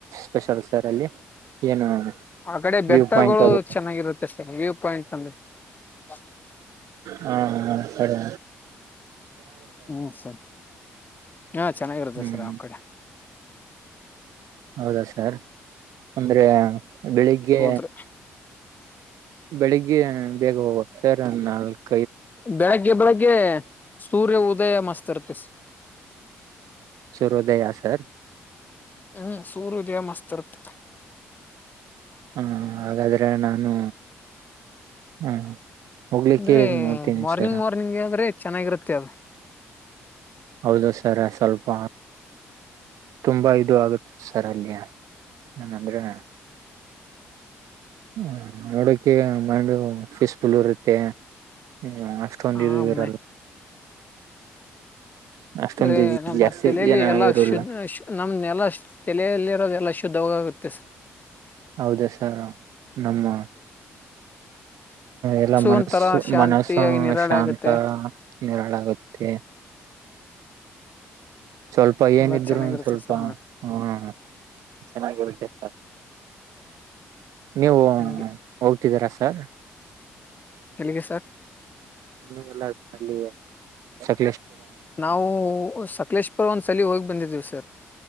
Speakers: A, on the right; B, on the left.
A: ಸ್ಪೆಷಲ್ ಸರ್ ಅಲ್ಲಿ ಏನು.
B: ಆ ಕಡೆ ಬೆಟ್ಟಗಳು
A: ವ್ಯೂ ಪಾಯಿಂಟ್ ಅದು
B: ಚೆನ್ನಾಗಿರುತ್ತೆ ಅಷ್ಟೇ ವ್ಯೂ ಪಾಯಿಂಟ್ ಅಂದೆ. ಹ.
A: ಹಾ ಸರಿ.
B: ಹ್ಮ್ ಸರ್ ಹಾ ಚೆನ್ನಾಗಿರುತ್ತೆ
A: ಹ್ಮ್
B: ಸರ್ ಅವ ಕಡೆ.
A: ಹೌದಾ ಸರ್ ಅಂದ್ರೆ. ಬೆಳಿಗ್ಗೆ.
B: ಹೋದ್ರಿ
A: ಬೆಳಿಗ್ಗೆ ಬೇಗ ಹೋಗುವ ಸರ್ ನಾಲ್ಕು
B: ಬೆಳಗ್ಗೆ ಬೆಳಿಗ್ಗೆ ಸೂರ್ಯ ಉದಯ ಮಸ್ತ್ ಇರ್ತ್ತ
A: ಸೂರ್ಯೋದಯ ಸರ್
B: ಹ್ಮ್ ಸೂರ್ಯೋದಯ ಮಸ್ತ್ರ್ತ್
A: ಹ್ಮ ಹಾಗಾದ್ರೆ ನಾನು ಹ್ಮ ಹೋಗ್ಲಿಕ್ಕೆ
B: ಅಂದ್ರೆ
A: ನೋಡ್ತೀನಿ
B: ಮಾರ್ನಿಂಗ್
A: ಸರ್
B: ಮಾರ್ನಿಂಗ್ ಅಂದ್ರೆ ಚೆನ್ನಾಗಿರುತ್ತೆ ಅದು
A: ಹೌದು ಸರ್ ಸ್ವಲ್ಪ ತುಂಬಾ ಇದು ಆಗುತ್ತ ಸರ್ ಅಲ್ಲಿ ಏನಂದ್ರೆ ಹ್ಮ ನೋಡೋಕೆ ಮೈಂಡ ಪೀಸ್ಫುಲ್ ಇರುತ್ತೆ ಹ ಅಷ್ಟೊಂದರಲ್ಲ
B: ಆಮ್ಮೆ
A: ಅಷ್ಟೊಂದು
B: ಅಂದ್ರೆ ನಮ್ಮ
A: ಜಾಸ್ತಿ
B: ತಲೆಯಲ್ಲಿ
A: ಜನ
B: ಎಲ್ಲಾ
A: ಇರಲ್ಲ
B: ಶುದ ನಮ್ ಎಲ್ಲ ತಲೆಯಲ್ಲಿರೋದು ಎಲ್ಲಾ ಶುದ್ಧ ಹೋಗಾಗುತ್ತೆ ವತ್ತಿಸ
A: ಹೌದಾ ಸರ್ ನಮ್ಮ ಎಲ್ಲ ಮನಸ್ಸು
B: ಒಂಥರ ಶಾಂತಿಯಾಗಿ
A: ಮನಸ್ಸು
B: ನಿರಾಳೆ
A: ಶಾಂತ
B: ಆಗುತ್ತೆ
A: ನಿರಾಳಾಗುತ್ತೆ ಸ್ವಲ್ಪ ಏನಿದ್ರು
B: ಎಲ್ಲಾ ಚೆನ್ನಾಗಿರುತ್ತೆ
A: ಸ್ವಲ್ಪ
B: ಸರ್ ನೋಡಕ್
A: ಹ ಚೆನ್ನಾಗಿರ್ತೆೇ ಸರ್ ನೀವು
B: ಹಂಗೆ
A: ಹೋಗ್ತಿದ್ದೀರ ಸಾರ
B: ಕೆಲ್ಲಿಗೆ ಸರ್
A: ಲ್ಲ ಅಲ್ಲಿ ಸಲ
B: ನಾವು ಸಕಲೇಶ್ಪುರ ಒಂದ್ ಸಲ ಹೋಗಿ ಬಂದಿದ್ದೀವಿ ಸರ್